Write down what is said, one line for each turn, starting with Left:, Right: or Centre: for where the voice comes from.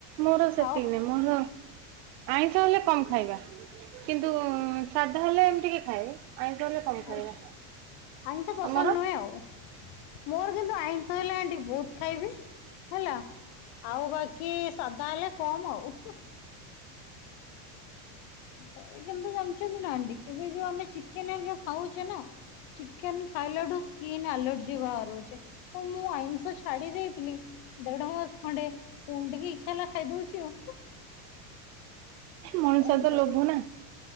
Right: ମୋର ସେତିକି
Left: ଆଉ
Right: ନାଇ। ମୋର ଆଇଁଷ ହେଲେ କମ ଖାଇବା। କିନ୍ତୁ ଉମ୍, ସାଧା ହେଲେ ଏମିତି କି ଖାଏ। ଆଇଁଷ ହେଲେ କମ ଖାଇବା
Left: ଆଛ୍ ଆଇଁଷ ପସନ୍ଦ
Right: ତମର?
Left: ନୁହେଁ ଆଉ। ମୋର କିନ୍ତୁ ଆଇଁଷ ହେଲେ ଆଣ୍ଟି ବହୁତ ଖାଇବି ହେଲା ଆଉ ବାକି ସାଧା ହେଲେ କମ ଆଉ ହୁ। ସେ କିନ୍ତୁ ଜାଣିଛନ୍ତି ନାଡି କିନ୍ତୁ ଏ ଯୋଉ ଆମେ ଚିକେନ ହେରୀକା ଖାଉଛେ ନା ଚିକେନ ଖାଇଲା ଠୁ ସ୍କିନ୍ ଆଲର୍ଜି ବାହାରୁଛି ତ ମୁଁ ଆଇଁଷ ଛାଡି ଦେଇଥିଲି ଦେଢ ମାସ ଖଣ୍ଡେ ପୁଣି ଟିକେ ଇଛା ହେଲା ଖାଇଦଉଛି ଆଉ।
Right: ମଣିଷ
Left: କଣ
Right: ତ
Left: କରିବି
Right: ଲୋଭ ନା।